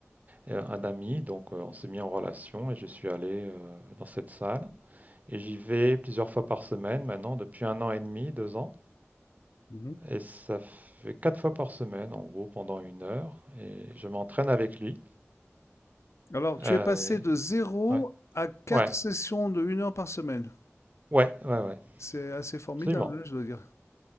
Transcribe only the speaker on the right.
euh, un ami, donc euh, on s'est mis en relation et je suis allé euh, dans cette salle. Et j'y vais plusieurs fois par semaine maintenant, depuis un an et demi, deux ans.
Et ça fait quatre fois par semaine, en gros, pendant une heure. Et je m'entraîne avec lui.
Euh,
ouais,
ouais,
ouais, ouais, ouais,
absolument.